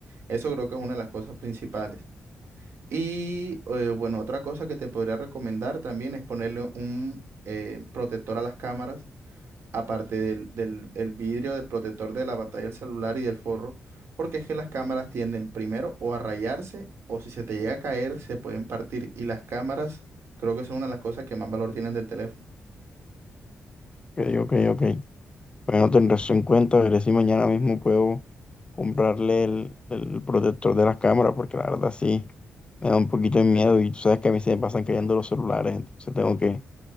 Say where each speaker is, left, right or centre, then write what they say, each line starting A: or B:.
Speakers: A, on the right; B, on the left.
A: Eso creo que es una de las cosas principales. Y eh, bueno, otra cosa que te podría recomendar también es ponerle un eh, protector a las cámaras, aparte del, del el vidrio de protector de la pantalla del celular y del forro, porque es que las cámaras tienden primero o a rayarse o si se te llega a caer se pueden partir y las cámaras creo que son una de las cosas que más valor tienen del teléfono.
B: Ok, ok, ok. Bueno, tendré eso en cuenta, veré si mañana mismo puedo comprarle el, el protector de las cámaras, porque la verdad sí me da un poquito de miedo y tú sabes que a mí se me pasan cayendo los celulares, entonces tengo que,